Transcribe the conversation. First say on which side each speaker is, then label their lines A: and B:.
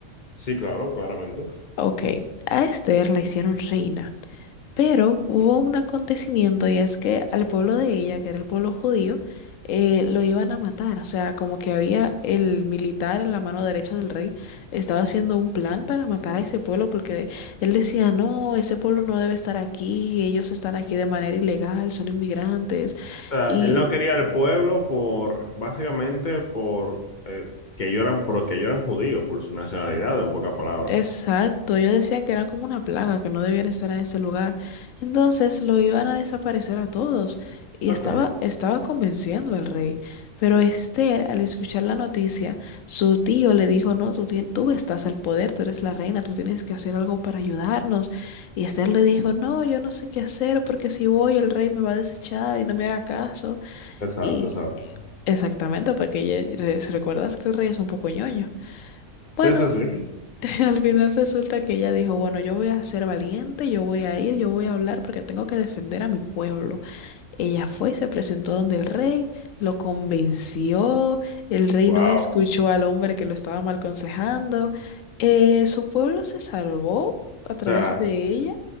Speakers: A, on the left; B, on the left.
A: Sí, claro, claramente.
B: Ok, a Esther la hicieron reina. Pero hubo un acontecimiento y es que al pueblo de ella, que era el pueblo judío, eh, lo iban a matar. O sea, como que había el militar en la mano derecha del rey, estaba haciendo un plan para matar a ese pueblo porque él decía, no, ese pueblo no debe estar aquí, ellos están aquí de manera ilegal, son inmigrantes.
A: O sea,
B: y
A: él no quería al pueblo por, básicamente, por eh, que ellos eran, porque ellos eran judíos, por su nacionalidad, en pocas palabras.
B: Exacto, ellos decían que eran como una plaga, que no debían estar en ese lugar. Entonces lo iban a desaparecer a todos. Y
A: Ok,
B: estaba, estaba convenciendo al rey. Pero Esther, al escuchar la noticia, su tío le dijo, no, tú, tien- tú estás al poder, tú eres la reina, tú tienes que hacer algo para ayudarnos. Y Esther le dijo, no, yo no sé qué hacer, porque si voy el rey me va a desechar y no me hará caso.
A: exacto,
B: Y
A: exacto.
B: eh, exactamente, porque ya- re- recuerdas que el rey es un poco ñoño.
A: Sí,
B: Bueno.
A: sí, sí.
B: <laughs> Al final resulta que ella dijo, bueno, yo voy a ser valiente, yo voy a ir, yo voy a hablar porque tengo que defender a mi pueblo. Ella fue, se presentó donde el rey, lo convenció, el rey
A: Wow.
B: no escuchó
A: O
B: al hombre que lo estaba mal aconsejando, eh, su pueblo se salvó a través
A: sea,
B: de ella.